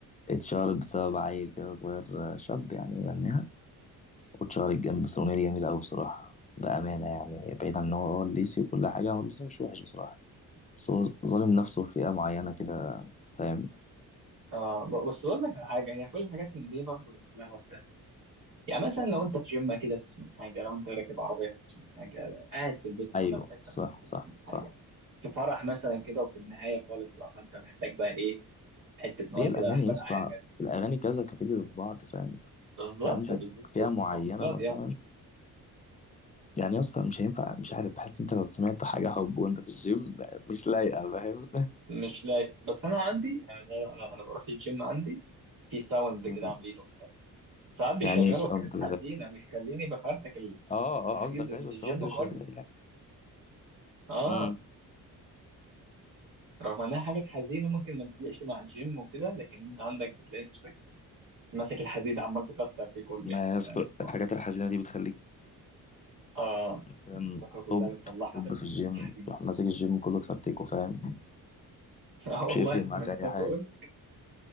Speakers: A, on the left (about 20°); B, on the right (about 50°).
A: اتشهرت بسبب عيل كده صغير آه، شاب يعني يغنيها واتشهرت جنب بس الأغنية دي جميلة أوي بصراحة بأمانة يعني بعيد عن إن هو هو الليسي وكل حاجة هو الليسي مش وحش بصراحة بس هو ظالم نفسه في فئة معينة كده فاهم
B: اه ب- بس بقول لك على حاجة هي كل الحاجات من دي برضه بيبقى لها وقتها يعني مثلا لو انت في جيم كده تسمع حاجة لو انت راكب عربية تسمع حاجة قاعد في البيت مع
A: أيوه
B: نفسك
A: صح
B: فاهم انت
A: صح
B: تسمع حاجة
A: صح
B: في فرح مثلا كده وفي النهاية خالص بقى فانت محتاج بقى ايه حتة مواويل
A: هي الأغاني
B: كده لأحمد
A: يا اسطى
B: عامر
A: الأغاني كذا كاتيجوري في بعض فاهم
B: بالظبط
A: أنت عندك
B: بالظبط
A: فئة معينة
B: تفضيلات
A: مثلا
B: يعني
A: يعني يا اسطى مش هينفع مش عارف بحس إن أنت لو سمعت حاجة حب وأنت في الجيم مش لايقة فاهم
B: مش لايق بس انا عندي يعني انا انا, أنا بروح الجيم عندي في ساوند
A: <laughs>
B: كده عاملينه وبتاع ساعات بيشغلوا
A: يعني ساوند
B: حاجات حزينه بيخليني بفرتك
A: اه
B: الحديد
A: اه قصدك
B: الجيم
A: أيوه الساوند اللي
B: كله
A: شغال يعني
B: اه
A: امم
B: رغم انها حاجات حزينه ممكن ما بتلاقيش مع الجيم وكده لكن انت عندك بتلاقي نفسك ماسك الحديد عمال تكسر فيه كله
A: ما
B: يعني أنت
A: يا اسطى
B: فاهم
A: الحاجات الحزينة دي بتخليك
B: اه
A: فاهم
B: الطاقه كلها
A: طب
B: بتطلعها
A: طب
B: في ال-
A: في الجيم
B: في الحديد
A: تروح ماسك الجيم كله تفرتكه فاهم
B: <laughs> اه والله
A: مش هيفرق معاك
B: ما انا
A: أي
B: خايف اقول لك